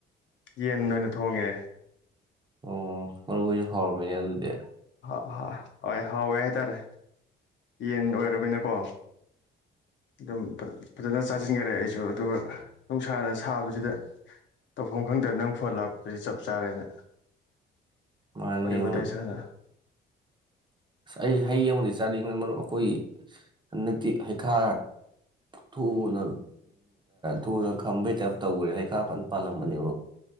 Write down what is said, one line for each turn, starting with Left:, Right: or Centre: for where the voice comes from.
Left: ꯌꯦꯟ ꯑꯣꯏꯅ ꯊꯣꯡꯉꯦ
Right: ꯑꯣ ꯃꯔꯨꯞ ꯍꯥꯎꯔꯝꯃꯤꯅꯦ ꯑꯗꯨꯗ
Left: ꯑ ꯍꯣꯏ ꯍꯥꯎꯋꯦ ꯍꯥꯏꯇꯥꯔꯦ ꯌꯦꯟ ꯑꯣꯏꯔꯕꯅꯀꯣ ꯑꯗꯨꯝ ꯐꯖꯅ ꯆꯥꯁꯤꯟꯈꯔꯦ ꯑꯩꯁꯨ ꯑꯗꯨꯒ ꯅꯨꯡꯁꯥꯅ ꯁꯥꯕꯁꯤꯗ ꯇꯧꯐꯝ ꯈꯪꯗꯕ ꯅꯪ ꯐꯣꯟ ꯂꯥꯛꯄꯁꯤ ꯆꯞ ꯆꯥꯔꯦꯅ
Right: ꯃꯥꯅꯤ
Left: ꯋꯥꯔꯤ ꯋꯥꯇꯥꯏ
Right: ꯑꯁ
Left: ꯁꯥꯟꯅ
Right: ꯑꯩ ꯍꯩ ꯑꯃꯗꯤ ꯆꯥꯅꯤꯡꯕꯅꯤ ꯃꯔꯨꯞ ꯑꯩꯈꯣꯏ ꯍꯟꯗꯛꯇꯤ ꯍꯩꯈꯥ ꯊꯨꯅ ꯊꯨꯅ ꯈꯝꯕꯩ ꯇꯥꯏꯞ ꯇꯧꯈꯔꯦ ꯍꯩꯈꯥ ꯄꯅ ꯄꯥꯜꯂꯝꯕꯅꯦꯕ